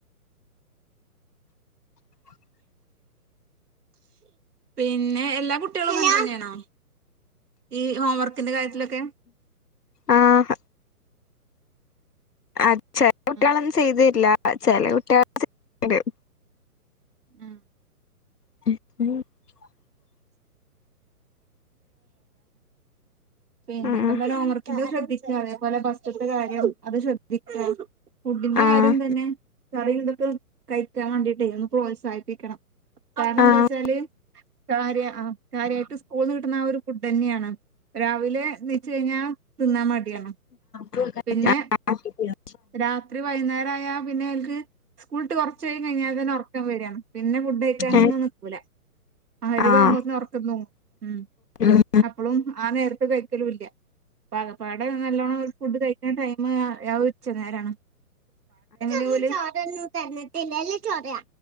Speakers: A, on the left; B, on the right.
A: <inaudible>
B: പിന്നെ എല്ലാ കുട്ടികളും ഇങ്ങനെ തന്നെയാണോ ഈ ഹോംവർക്കിന്റെ കാര്യത്തിലൊക്കെ
A: ആഹ ആ ചെല കുട്ടികളൊന്നും
B: ഉം
A: ചെയ്ത് വരില്ല ചെല കുട്ടികൾ
B: ആഹ
A: <inaudible>
B: <inaudible> പിന്നെപ്പോ
A: ഉം
B: എന്താലും ഹോം വർക്കിന്റെ ശ്രദ്ധിക്ക അതേപോലെ ബസ്റ്റ്ത്തെ കാര്യം അത് ശ്രദ്ധിക്കുക ഫുഡിന്റെ
A: ആഹ്
B: കാര്യം തന്നെ കറി ഇതൊക്കെ കഴിക്കാൻ വേണ്ടിട്ടെ ഒന്ന് പ്രോത്സാഹിപ്പിക്കണം കാരണം
A: ആഹ്
B: എന്താ ച്ചാല് കാര്യ ആ കാര്യമായിട്ട് സ്കൂള്ന്ന് കിട്ടണ ഫുഡ്ന്നെയാണ് രാവിലെ നീച്ചു കഴിഞ്ഞാൽ തിന്നാൻ മടിയാണ്
A: <inaudible>
B: പിന്നെ രാത്രി വൈകുന്നേര ആയ പിന്നെ ഓല്ക്ക് സ്കൂളിട്ട്കുറച്ച് കഴിഞ്ഞാൽ തന്നെ ഉറക്കം വരാണ് പിന്നെ ഫുഡ്ഴി ക്കാനന്നും
A: ഏഹ്
B: നിക്കൂല ആ മഗ്‌രിബകുമ്പോത്തിനു
A: ആഹ്
B: ഉറക്കം തൂങ്ങും ഉം
A: ഉം
B: അപ്പളും ആ നേരത്തെ കഴിക്കലും ഇല്ല ആകപ്പാടെ നല്ലോണം ഫുഡ് കഴിക്കണ ടൈം ഉച്ച നേരാണ് ചോരൊന്നും തന്നിട്ടില്ലല്ല ചോര